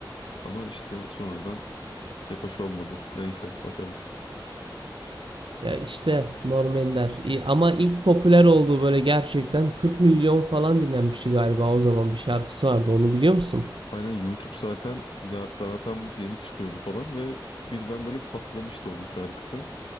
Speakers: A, on the left; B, on the right.
A: Ama işte sonradan pek hoş olmadı. Neyse bakalım.
B: Ya işte Norm Ender. İyi Ama ilk popüler olduğu böyle gerçekten 40 milyon falan dinlenmişti galiba o zaman bir şarkısı vardı onu biliyor musun?
A: Aynen YouTube zaten ya daha tam yeni çıkıyordu falan ve birden böyle patlamıştı onun şarkısı.